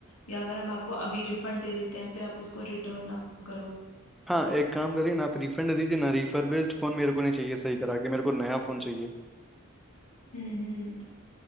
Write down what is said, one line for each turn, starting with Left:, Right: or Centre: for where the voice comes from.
Left: या अगर हम आपको अभी रिफंड दे देते हैं फिर आप उसको रिटर्न ना करो
Centre: हाँ एक काम करिए ना आप रिफंड दीजिए ना रिफर्बिश्ड फोन मेरे को नहीं चाहिए सही करा के मेरे को नया फोन चाहिए
Left: हम्म